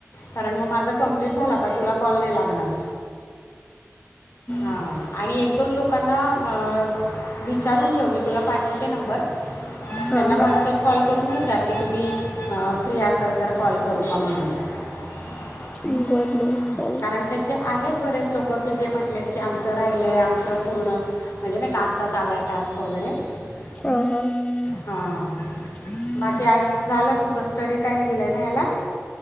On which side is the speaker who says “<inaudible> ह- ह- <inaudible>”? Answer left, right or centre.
Left